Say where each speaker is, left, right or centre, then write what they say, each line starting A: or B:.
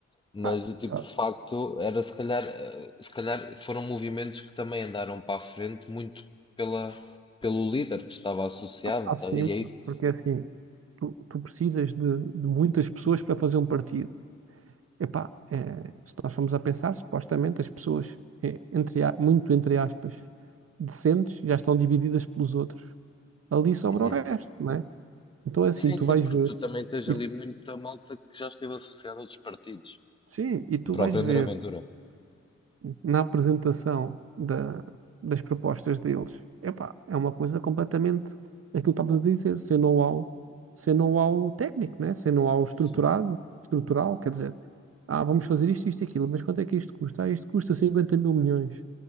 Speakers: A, on the left; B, on the right.
A: mas
B: Ah,
A: do tipo,
B: sabe,
A: de facto, era se calhar, eh, se calhar foram movimentos que também andaram para a frente muito pela, pelo líder que estava associado,
B: há sempre,
A: tá, e é isso.
B: porque é assim, tu, tu precisas de, de muitas pessoas para fazer um partido. Epá, eh, se nós formos a pensar, supostamente as pessoas, eh, entre, a- muito entre aspas, decentes, já estão divididas pelos outros. Ali sobra
A: Uhum.
B: o resto, não é? Então é assim,
A: Sim,
B: tu
A: sim,
B: vais
A: porque
B: ver,
A: tu também tens
B: e-
A: ali muita malta que já esteve associada a outros partidos.
B: sim, e tu
A: O próprio
B: vais ver.
A: André Ventura.
B: na apresentação da- das propostas deles, epá, é uma coisa completamente aquilo que estavas a dizer, sem know-how, sem know-how técnico, né? Sem know-how estruturado,
A: Sim,
B: estrutural, quer dizer, ah, vamos fazer isto, isto, e aquilo, mas quanto é que isto custa? Ah, isto custa 50 mil milhões.